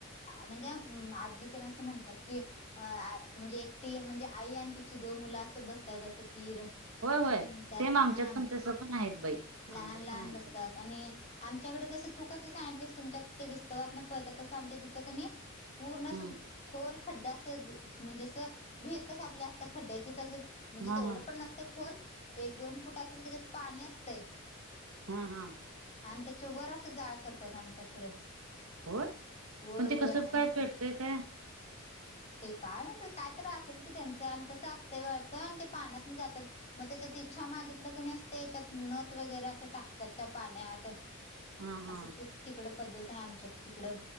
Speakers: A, on the left; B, on the right.
A: म्हणजे आजी त्याला असं म्हणतात की, अ म्हणजे एकटी म्हणजे आई आणि तिची दोन मुलं असं बसतात असं पीर
B: होय होय
A: असं म्हणतात
B: सेम आमच्यात
A: ह
B: पण तसं पण आहेत बाई
A: लहान
B: आमच्यात
A: लहान
B: पण आहेत
A: बसतात, आणि आमच्याकडे कस तू स त विस्तव त आमच्या तिथ पूर्ण,
B: हम्म
A: खड्ड्या अस म्हणजे जसं विहीर कस आपल्या असत खड्ड्याची तसं म्हणजे
B: हा
A: तेवढं
B: हा
A: पण नसते खोल, एक दोन फुट असेल त्याच्यात पाणी असतंय
B: हा हा
A: त्याच्या वर अस जाळ करतात आमच्याकडे
B: होय
A: होय
B: पण
A: होय
B: ते कसं
A: आणि
B: काय पेटतय काय
A: ते काय म्हण काय तर असेल की त्यांचं आणि तसं असतं वाटतं आणि ते पाहण्यात जातात मग त्याच्यात इच्छा मागितलं कणीं त्याच्यात नत वगैरे असं टाकतात त्या पाण्यात
B: हा हा
A: असं तिकडं पद्धत आहे आमच्या तिकडं